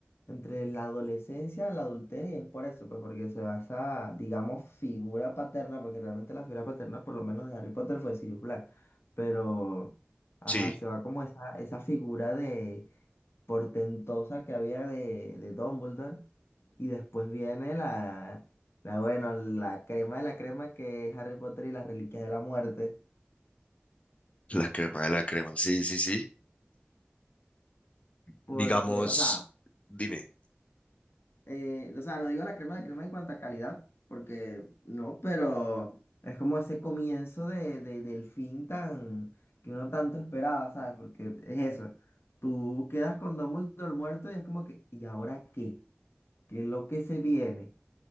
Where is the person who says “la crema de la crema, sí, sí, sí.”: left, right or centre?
Left